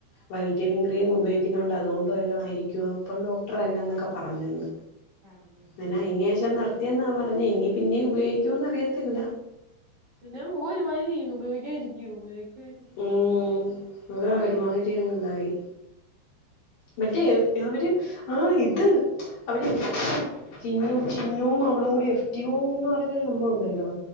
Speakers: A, on the left; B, on the right.
A: വൈറ്റിനിങ് ക്രീം ഉപയോഗിക്കുണ്ട് അതുകൊണ്ടു വല്ലോം ആയിരിക്കുവൊ അപ്പം ഡോക്ടർ അല്ല എന്നൊക്കെ പറഞ്ഞന്ന്
B: പറഞ്ഞെന്നാ
A: പിന്നെ അയ്നേഷം നിർ ത്തിയെന്നാ പറഞ്ഞെ ഇനി പിന്നെ ഉപയോഗിക്കോന്ന് അറിയത്തില്ല
B: പിന്നെ മുഖമൊരുമാതിരിയിരുന്നു ഉപയോഗിക്കക്കുവോ
A: ഉം അതാ ഒരുമാതിരി അങ്ങ്ഇതായി മറ്റേ അവര് ആ ഇത് അവര് എഫ് ചിന്നു ചിന്നും അവളും കൂടി എഫ്റ്റുയും എന്ന് പറയുന്ന ഒരു സംഭവോണ്ട് ഹലോ